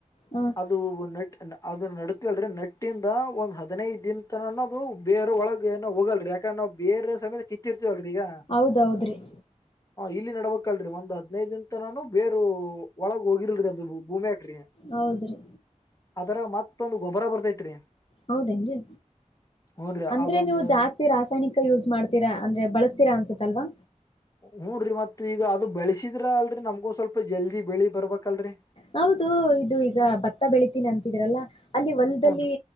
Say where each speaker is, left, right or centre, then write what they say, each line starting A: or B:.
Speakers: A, on the left; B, on the left.
A: ಹಾ
B: ಅದು ನಟ್ಟ ಅದನಾ ನಡ್ತಿವೇಲ ನಟ್ಟಿಂದ ಒಂದ್ ಹದಿನೈದು ದಿನ ತನಾನ ಅದು ಬೇರ ಒಳಗೆ ಏನ ಹೋಗಲ್ರರಿ ಯಾಕಂದ್ರ ನಾವು ಬೇರೆ ಸಮೇತ ಕಿತ್ತಿರ್ತೀವಲ್ರರಿ ಈಗ
A: ಹೌದೌದ್ರಿ
B: ಹ ಇಲ್ಲಿ ನಡ್ಬೇಕಲ್ರರಿ ಒಂದ್ ಹದ್ನೈದಿಂದತನಾನು ಬೇರು ಒಳಗ್ ಹೋಗಿಲ್ರಿ ಅದು ಭೂಮ್ಯಗ್ರಿ
A: ಹೌದ್ರಿ
B: ಅದರಗ ಮತ್ತೊಂದ್ ಗೊಬ್ಬರ ಬರ್ತೈತ್ರಿ
A: ಹೌದೆನ ರಿ
B: ಹೂನ್ರಿ
A: ಅಂದ್ರೆ
B: ಅದೊಂದು
A: ನೀವು ಜಾಸ್ತಿ ರಾಸಾಯನಿಕ ಯೂಸ್ ಮಾಡ್ತೀರಾ ಅಂದ್ರೆ ಬಳಸ್ತೀರಾ ಅನ್ಸತ್ತಲ್ವಾ
B: ಹೂ ಡ್ರಿ ಮತ್ ಈಗ ಅದು ಬೆಳಸಿದ್ರ ಅಲ್ರರಿ ನಮ್ಗೂ ಸ್ವಲ್ಪ ಜಲ್ದಿ ಬೆಳಿ ಬರ್ಬೇಕಲ್ರರಿ
A: ಹೌದು ಇದು ಈಗ ಭತ್ತ ಬೆಳಿತೀನಿ ಅಂತಿದ್ರಲ್ಲ ಅಲ್ಲಿ ಹೊಲ್ದಲ್ಲಿ
B: ಹೂನ್ರಿ